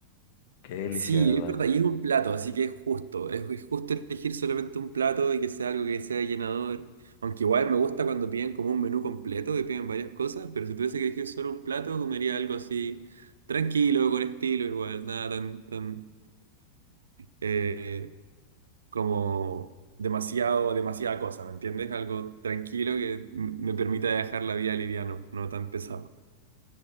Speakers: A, on the left; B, on the right.
A: qué delicia,
B: Sí,
A: de ¿verdad?
B: es verdad, y es un plato, así que es justo, es, es justo elegir solamente un plato y que sea algo que sea llenador. Aunque igual me gusta cuando piden como un menú completo, que piden varias cosas, pero si tuviese que elegir solo un plato, comería algo así tranquilo, con estilo, igual, nada tan, tan eh, como demasiado, demasiada cosa, ¿me entiendes? Algo tranquilo que m- me permita dejar la vida liviano, no tan pesado.